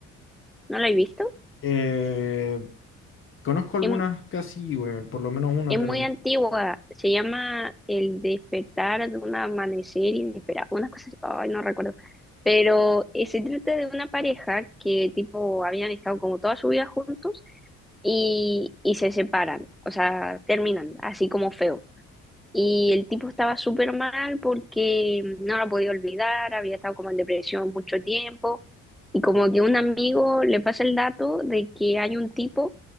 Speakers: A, in the centre; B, on the left (about 40°).
A: ¿No la he visto?
B: Eh, conozco algunas
A: Es,
B: casi, bueno, por lo menos una,
A: es
B: pero...
A: muy antigua, se llama El despertar de un amanecer inesperado, unas cosas, ay, no recuerdo. Pero eh, se trata de una pareja que tipo habían estado como toda su vida juntos y, y se separan, o sea, terminan, así como feo. Y el tipo estaba súper mal porque no lo podía olvidar, había estado como en depresión mucho tiempo. Y como que un amigo le pasa el dato de que hay un tipo